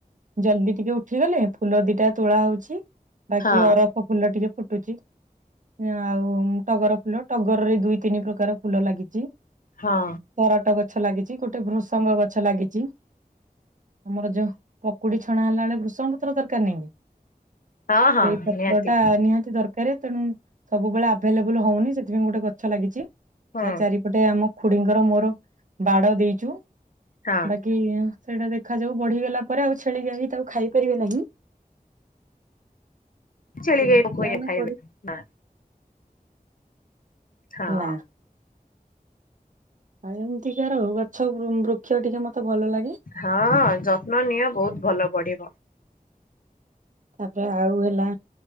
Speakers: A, on the right (about 55°); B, on the left (about 65°).
A: ଜଲଦି ଟିକେ ଉଠିଗଲେ ଫୁଲ ଦିଟା ତୋଳା ହଉଛି ବାକି
B: ହଁ
A: ଅରଫ ଫୁଲ ଟିକେ ଫୁଟୁଛି। ଆଉ ଟଗର ଫୁଲ ଟଗରରେ ଦୁଇ ତିନି ପ୍ରକାର ଫୁଲ ଲାଗିଛି।
B: ହଁ।
A: କରାଟ ଗଛ ଲାଗିଛି ଗୋଟେ ଭୃସଙ୍ଗ ଗଛ ଲାଗିଛି। ଆମର ଯୋଉ ପକୁଡି ଛଣା ହେଲା ବେଳେ ବୃଷଙ୍ଗ ପତ୍ର ଦରକାର ନାଇ
B: ହଁ ହଁ
A: ସେଇ ପତ୍ର
B: ନିହାତି
A: ଟା ନିହାତି ଦର କାର ତେଣୁ ସବୁବେଳେ ଆଭେଲେବଲ୍ ହଉନି ସେଥିପାଇଁ ଗୋଟେ ଗଛ ଲାଗିଛି ତା
B: ହୁଁ
A: ଚାରି ଗୋଟେ ଆମ ଖୁଡିଙ୍କର ମୋର ବାଡ ଦେଇଛୁ
B: ହଁ
A: ବାକି କି ସେଇଟା ଦେଖାଯାଉ ବଢିଗଲା ପରେ ଆଉ ଛେଳିିକି ଗାଈ ତାକୁ ଖାଇ ପାରିବେ ନାହିଁ।
B: ଛେଳି
A: ଏମିତିକା
B: ଗାଇ
A: ଆମେ
B: ଖାଇବେ
A: କରୁ
B: ହଁ।
A: ନା ଆଉ ଏମିତିକ ର ଗଛ ବୃକ୍ଷ ଟିକେ ମତେ ଭଲ ଲାଗେ।
B: ହଁ ଯତ୍ନ ନିଅ ବହୁତ ଭଲ ବଢିବ।
A: ତାପରେ ଆଉ ହେଲା